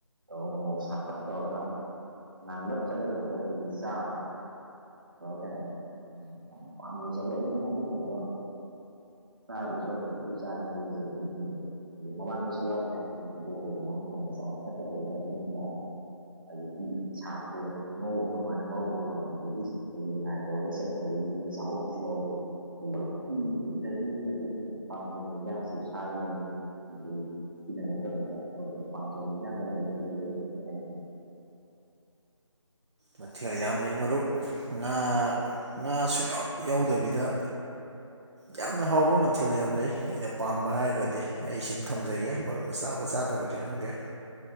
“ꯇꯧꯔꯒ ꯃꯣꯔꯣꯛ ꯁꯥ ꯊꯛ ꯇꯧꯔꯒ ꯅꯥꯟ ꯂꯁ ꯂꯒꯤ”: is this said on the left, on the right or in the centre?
Right